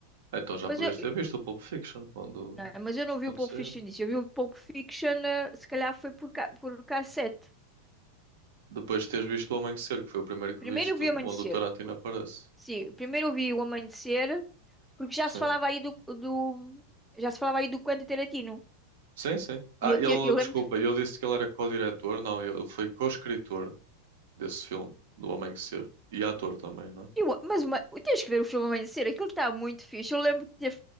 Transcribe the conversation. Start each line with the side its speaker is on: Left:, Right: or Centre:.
Right: Ah, Então já
Centre: Mas
Right: podias
Centre: eu,
Right: ter visto o Pulp Fiction quando,
Centre: não é? Mas eu não vi
Right: quando
Centre: o Pulp
Right: saiu.
Centre: Fiction disso. Eu vi o Pulp Fiction, eh, se calhar foi por, ca por cassete.
Right: Depois de teres visto O Amanhecer, que foi o primeiro que
Centre: Primeiro
Right: viste,
Centre: eu vi o Amanhecer.
Right: onde o Tarantino aparece.
Centre: Sim, primeiro eu vi o Amanhecer, porque já
Right: Sim.
Centre: se falava aí do, do- já se falava aí do Quentin Tarantino.
Right: Sim, sim. Ah,
Centre: E eu,
Right: ele,
Centre: te- eu
Right: desculpa,
Centre: lembro,
Right: eu disse que ele era co-diretor, não, ele foi co-escritor. desse filme, do Amanhecer. E ator também, não é?
Centre: eu, mas uma, tens que ver o filme Amanhecer, aquilo está muito fixe. Eu lembro de ter